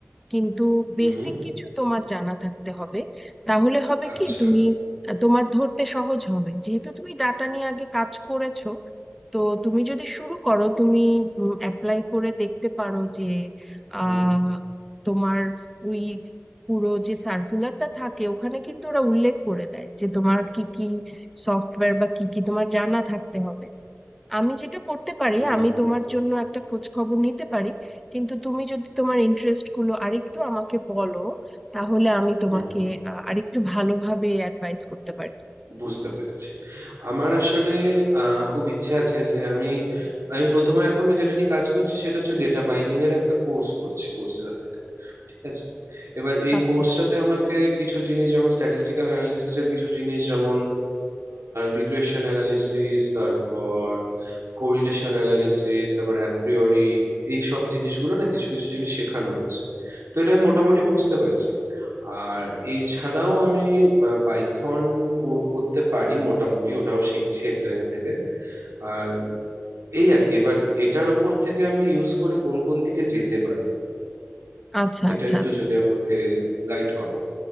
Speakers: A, in the centre; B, on the right.
A: কিন্তু
B: হুম
A: বেসিক কিছু তোমার জানা থাকতে হবে তাহলে হবে
B: আচ্ছা
A: কি তুমি আহ, তোমার ধরতে সহজ হবে যেহেতু তুমি ডাটা নিয়ে আগে কাজ করেছো তো তুমি যদি শুরু করো তুমি অ্যাপ্লাই করে দেখতে পারো যে
B: হুম
A: আহ তোমার ওই পুরো যে সার্কুলারটা থাকে ওখানে কিন্তু ওরা উল্লেখ করে দেয় যে তোমার কি কি সফটওয়্যার বা কি কি তোমার জানা থাকতে হবে আমি যেটা করতে পারি
B: হুম
A: আমি তোমার জন্য একটা খোঁজ খবর নিতে পারি কিন্তু তুমি যদি তোমার ইন্টারেস্ট গুলো আরেকটু আমাকে বলো তাহলে আমি তোমাকে
B: হুম
A: আহ, আরেকটু ভালোভাবে অ্যাডভাইস করতে পারি
B: বুঝতে পেরেছি আমার আসলে আহ, খুব ইচ্ছে আছে যে আমি আমি প্রথমে এখন যেটা নিয়ে কাজ করছি সেটা হচ্ছে ডেটা মাইনিং এর একটা কোর্স করছি কোর্সেরা ঠিক আছে এবার এই
A: আচ্ছা
B: কোর্সটাতে আমাকে কিছু জিনিস যেমন স্ট্যাটিস্টিক্যাল অ্যানালিসিস এর কিছু জিনিস যেমন রিগ্রেশন অ্যানালিসিস তারপর কোরিলেশন অ্যানালিসিস তারপর অ্যাপ্রিওরি এই সব জিনিসগুলো না কিছু কিছু জিনিস শেখানো হচ্ছে তো এটা আমি মোটামুটি বুঝতে পারছি আর এছাড়াও আমি পাইথন কোড করতে পারি মোটামুটি ওটাও শিখছি এক জায়গা থেকে আর এই আর কি এবার এটার ওপর থেকে আমি ইউজ করে কোন কোন দিকে যেতে পারি
A: আচ্ছা
B: এটা
A: আচ্ছা
B: একটু
A: আচ্ছা
B: যদি আমাকে গাইড করো